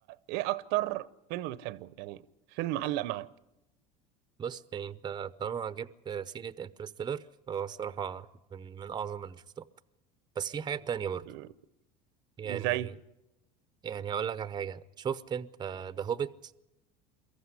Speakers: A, on the right; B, on the right.
A: إيه أكتر فيلم بتحبه يعني فيلم معلق معاك
B: بص يعني انت طالما جبت آه، سيره انترستيلر فهو الصراحه من من اعظم اللي شفتهم بس في حاجات تانية برضه
A: م-
B: يعني
A: زي
B: يعني هقول لك على حاجه شفت انت ذا هوبيت